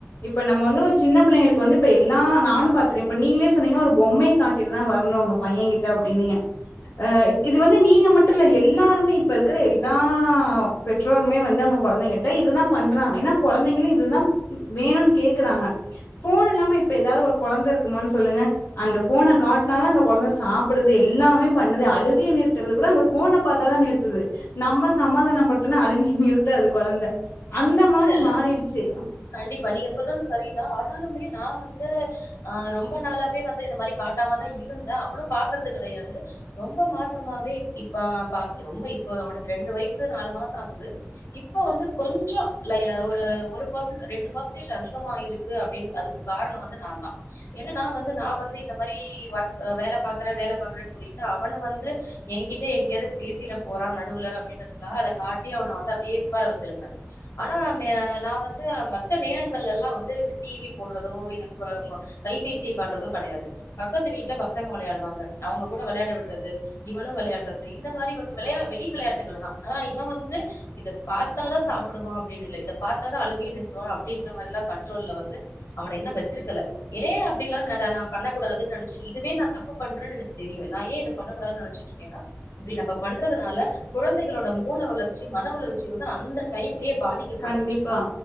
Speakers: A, on the left (about 55°); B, on the left (about 75°).
A: இப்ப நம்ம வந்து ஒரு சின்ன பிள்ளைங்களுக்கு வந்து இப்ப எல்லா நானு பாத்துறே இப்ப நீங்களே சொன்னீங்க ஒரு பொம்மையே காட்டிட்டுதா வரணுன்னு பையங்கிட்ட அப்டின்னீங்க அ இது வந்து நீங்க மட்டுல்ல எல்லாருமே இப்ப இருக்கிற எல்லா பெற்றோருமே வந் இத உங்க கொழந்தைங்கக்கிட்ட இதுதா பண் அததா ஏன்னா கொழந்தைங்களு இதுதா வேணுன் கேக்கறாங்க போன் இல்லாம இப்ப ஏதாவது ஒரு கொழந்தருக்குமான் சொல்லுங்க அந்த போன காட்னாதா இந்த கொழந்த சாப்பிடுது எல்லாமே பண்ணுது அழுகைய நிறுத்துறது கூட அந்த போன பாத்தாதா நிறுத்துது நம்ம சமாதானப்படுத்துனா அழுகி நிறுத்தாது கொழந்த
B: <inaudible>
A: அந்த மாரி மாறிடுச்சு
B: கண்டிப்பா நீங்க சொல்றது சரிதா ஆனாலுமே நா வந்து ஆ ரொம்ப நாளாவே வந்து இந்த மாரி காட்டாம தா இருந்தே அவளு பாக்குறது கெடையாது ரொம்ப மாசமாவே இப் பாப்பா ரொம்ப இப்ப அவனுக்கு ரெண்டு வயசு நாலு மாசோ ஆகுது இப்போ வந்து கொஞ்சோ லய ஒரு ஒரு பர்சன்ட் ரெண்டு பர்சன்டேஜ் அதிகமா இருக்கு அப்டின்னு அதுக்கு காரணோ வந்து நா தா ஏன்னா வந்து நா வந்து இந்த மாரி ஒர்க் அ வேல பாக்கற வேல பாக்கறன் சொல்லிட்டு அவள வந்து ஏங்கிட்ட எங்கேயாவது பேசிட போறா நடுவுல அப்டின்றதுக்காக அத காட்டி அவன வந்து அப்டியே உட்கார வச்சிருப்ப ஆனா மே நா வந்து மத்த நேரங்கள்லெல்லா வந்து இந்த டிவி போடுறதோ இப்ப ம்ம கைபேசியே காட்டுறதோ கடையாது பக்கத்து வீட்ல பசங்க வெளையாடுவாங்க அவுங்க கூட வெளையாட விடுறது இவளு வெளையாடுறது இந்த மாரி வந்து வெளையா வெளி வெளையாட்டுகள் தா ஆனா இவ வந்து இத பாத்தாதா சாப்புடுவா அப் இல்லல்ல இத பாத்தா தா அழுகையா நிறுத்துவா அப்டின்ற மாரிலா கண்ட்ரோல்ல வந்து அவனை இன்னு வெச்சிருக்கல ஏன் அப்டில்லா நட <inaudible> நா பண்ண கூடாது நெனச்சிட் இதுவே தப்பு பண்றேன்னு எனக்கு தெரியு நா ஏன் இத பண்ணக்கூடாதுன் நெனச்சிட்ருக்கே நா இப்டி நம்ம பண்றதுனால கொழந்தைகளோட மூள வளர்ச்சி மனவளர்ச்சி அந்த டையம்லே பாதி இங்கே பட்டுச்சுன்னா
A: கண்டிப்பா